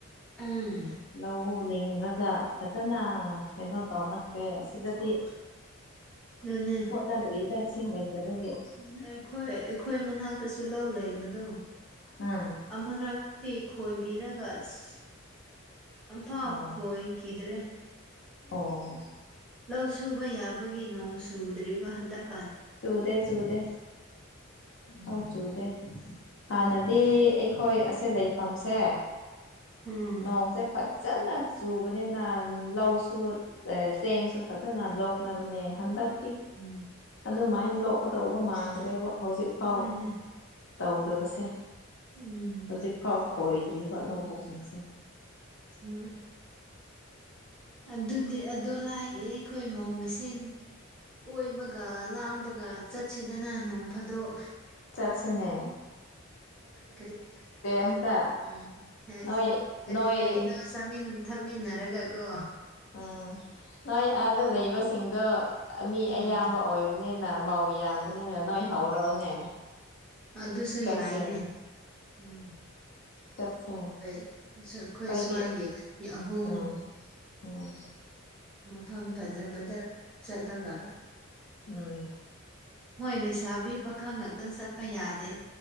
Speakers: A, in the centre; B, on the left.
A: ꯎꯝ
B: ꯂꯧ ꯂꯤꯡꯔꯒ ꯐꯠ ꯖꯅꯥ ꯀꯩꯅꯣ ꯇꯧꯅꯈ꯭ꯔꯦ ꯑꯁꯤꯗꯗꯤ
A: ꯗꯨꯅꯦ
B: ꯍꯣꯠꯅꯗ꯭ꯔꯤꯗ ꯏꯁꯤꯡ ꯂꯩꯇꯕꯒꯤ
A: ꯎꯝ ꯑꯩꯈꯣꯏ ꯑꯩꯈꯣꯏ ꯃꯅꯥꯛꯇꯁꯨ ꯂꯧ ꯂꯩꯕꯗꯣ
B: ꯎꯝ
A: ꯑꯃꯨꯔꯛꯇꯤ ꯈꯣꯏꯕꯤꯔꯒ ꯑꯁ ꯑꯝꯐꯥꯎ
B: ꯑꯣ
A: ꯈꯣꯏ ꯈꯤꯗ꯭ꯔꯦ
B: ꯑꯣ
A: ꯂꯧ ꯁꯨꯕ ꯌꯥꯕꯒꯤ ꯅꯣꯡ ꯆꯨꯗ꯭ꯔꯤꯕ ꯍꯟꯗꯛ
B: ꯆꯨꯗꯦ ꯆꯨꯗꯦ ꯑꯐꯥꯎ
A: ꯎꯝ
B: ꯆꯨꯗꯦ ꯍꯥꯟꯅꯗꯤ ꯑꯩꯈꯣꯏ ꯑꯁꯦ ꯂꯩꯐꯝꯁꯦ
A: ꯎꯝ
B: ꯅꯣꯡꯁꯦ ꯐꯠ ꯆꯅꯥ ꯆꯨꯕꯅꯤꯅ ꯂꯧꯁꯨ ꯆꯦ ꯆꯦꯡꯁꯨ ꯐꯖꯅ ꯂꯣꯛꯅꯕꯅꯦ ꯍꯟꯗꯛ
A: ꯎꯝ
B: ꯑꯗꯨꯃꯥꯏꯟ ꯂꯣꯛꯀꯗꯧꯕ ꯃꯥꯟꯗ꯭ꯔꯦꯕꯣ ꯍꯧꯖꯤꯛꯐꯥꯎ
A: ꯍꯣꯏꯅꯦ
B: ꯇꯧꯗꯕꯁꯦ
A: ꯎꯝ
B: ꯍꯧꯖꯤꯛꯐꯥꯎ ꯈꯣꯏꯗ꯭ꯔꯤꯕ ꯂꯧꯕꯨꯛꯁꯤꯡꯁꯦ
A: ꯍꯝ ꯑꯗꯨꯗꯤ ꯑꯗꯨ ꯂꯥꯏꯔꯤ ꯈꯣꯏ ꯃꯧ ꯃꯁꯦꯟ ꯀꯣꯏꯕꯒ ꯂꯥꯡꯕꯒ ꯆꯠꯁꯤꯗꯅ ꯅꯣꯡ ꯐꯥꯗꯣꯛ
B: ꯆꯠꯁꯦꯅꯦ
A: ꯀꯔꯤ <unintelligible>
B: ꯑꯝꯇ
A: ꯍꯦꯁ
B: ꯅꯣꯏ
A: ꯀꯔꯤ
B: ꯅꯣꯏ
A: ꯀꯔꯤꯅꯣ ꯆꯥꯃꯤꯟ ꯊꯛ ꯃꯤꯟꯅꯔꯒꯒꯣ
B: ꯎꯝ ꯅꯣꯏ ꯑꯥꯗ ꯂꯩꯕꯁꯤꯡꯗꯣ ꯃꯤ
A: ꯎꯝ
B: ꯑꯌꯥꯝꯕ ꯑꯣꯏ ꯗꯨꯅꯦꯅ ꯃꯧ ꯌꯥꯝꯕꯅꯤꯅ ꯅꯣꯏ ꯍꯧꯔꯛꯑꯣꯅꯦ
A: ꯑꯗꯨꯁꯨ
B: ꯆꯠꯁꯦ
A: ꯌꯥꯏꯅꯦ ꯎꯝ
B: ꯆꯠꯁꯦ
A: ꯕꯦ ꯁ ꯑꯩꯈꯣꯏ
B: ꯑꯩꯈꯣꯏꯗꯤ
A: ꯁ꯭ꯋꯥꯏꯒꯤ ꯑꯅꯤ ꯑꯍꯨꯝ
B: ꯎꯝ ꯎꯝ
A: ꯃꯐꯝ ꯐꯖꯕꯗ ꯆꯠꯂꯒ
B: ꯎꯝ
A: ꯃꯣꯏ ꯂꯩꯁꯥꯕꯤ ꯄꯥꯈꯪ ꯉꯛꯇꯪ ꯆꯠꯄ ꯌꯥꯗꯦ